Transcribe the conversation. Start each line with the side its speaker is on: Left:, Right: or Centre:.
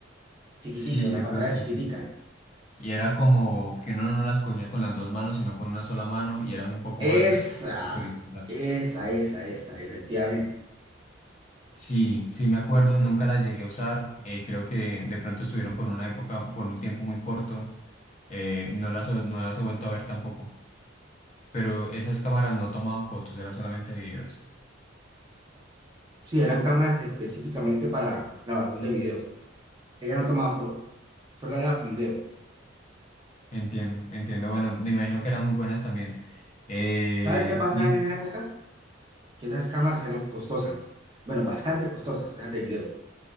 Right: Chiquitica,
Left: sí,
Right: una
Left: yo
Right: pantalla
Left: creo que
Right: chiquitica.
Left: sí. Y era como que uno no las cogía con las dos manos, sino con una sola mano y eran un poco
Right: Esa,
Left: más verticales que horizontales.
Right: esa, esa, esa, efectivamente.
Left: Sí, sí me acuerdo, nunca la llegué a usar, eh, creo que de pronto estuvieron por una época, por un tiempo muy corto, eh, no las, he- no las he vuelto a ver tampoco, pero esas cámaras no tomaban fotos, eran solamente videos.
Right: Sí, eran cámaras específicamente para grabación de videos. Ella no tomaba fotos. solo era video.
Left: Entiendo, entiendo, bueno, me imagino que eran muy buenas también. Eh,
Right: ¿Sabes qué pasaba
Left: sí,
Right: en esa época? Que esas cámaras eran costosas, bueno, bastante costosas, esas de video,